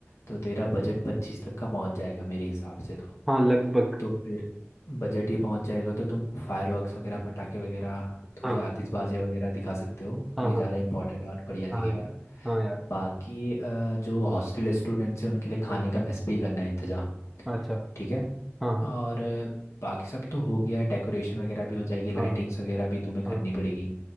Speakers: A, on the left; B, in the centre.
A: तो तेरा बजट पच्चीस तक का पहुंच जाएगा मेरे हिसाब से तो
B: हाँ लगभग
A: तो फिर बजट ये पहुंच जाएगा तो तुम फायरवर्क्स वगैरह पटाखे वगैरह थोड़ी
B: हाँ
A: आतिशबाजी वगैरह दिखा सकते हो
B: हाँ
A: ये
B: हाँ
A: ज़्यादा इंपॉर्टेंट और बढ़िया दिखेगा
B: हाँ यार हाँ यार
A: बाकी अ, जो हॉस्टल स्टूडेंट्स हैं उनके लिए खाने
B: हाँ
A: का मेस पे ही करना है इंतजाम
B: अच्छा
A: ठीक है
B: हाँ हाँ
A: और बाकी सब तो हो गया है, डेकोरेशन वगैरह भी हो जाएगी लाइटिंग्स
B: हाँ हाँ
A: वगैरह भी तुम्हें
B: हाँ
A: करनी पड़ेगी